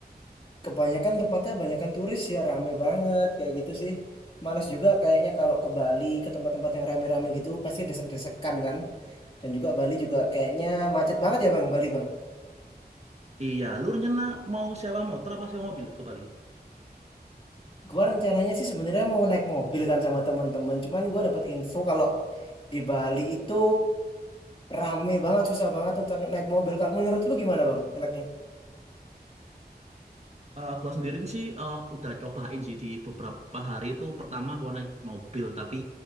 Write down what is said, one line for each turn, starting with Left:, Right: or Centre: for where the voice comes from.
Left: kebanyakan tempatnya banyakan turis ya, rame banget kayak gitu sih. Males juga kayaknya kalau ke Bali ke tempat-tempat yang rame-rame gitu pasti desek-desekan kan. Dan juga Bali juga kayaknya macet banget ya Bang, Bali Bang.
Right: Iya, lu rencana mau sewa motor apa sewa mobil ke Bali?
Left: Gua rencananya sih sebenarnya mau naik mobil kan sama teman-teman. Cuman gua dapat info kalau di Bali itu rame banget, susah banget untuk naik mobil. Kalau menurut lu gimana bang? Enaknya?
Right: Eh, gua sendiri sih eh, udah cobain sih di beberapa hari itu pertama gua naik mobil tapi